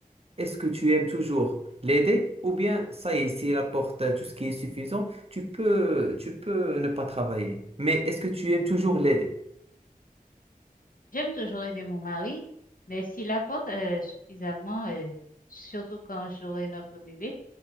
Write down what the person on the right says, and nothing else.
Est-ce que tu aimes toujours l'aider ou bien ça y est, s'il apporte euh, tout ce qui est suffisant, tu peux, tu peux ne pas travailler. Mais est-ce que tu aimes toujours l'aider?